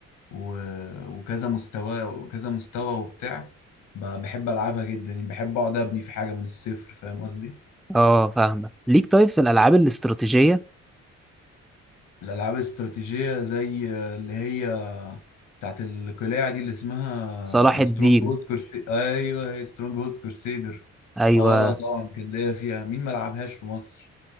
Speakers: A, on the left (about 85°); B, in the centre.
A: و... وكذا مستوى وكذا مستوى وبتاع ب- بحب العبها جدا يعني بحب اقعد ابني في حاجه من الصفر فاهم قصدي
B: اه فاهمة ليك طيب في الألعاب الاستراتيجية
A: الالعاب الاستراتيجيه زي اللي هي بتاعت القلاع دي اللي اسمها
B: صلاح الدين
A: سترونج هولد كورسي ايوه هي سترونج هولد كورسيدر
B: أيوة
A: اه طبعا كان ليا فيها مين ما لعبهاش في مصر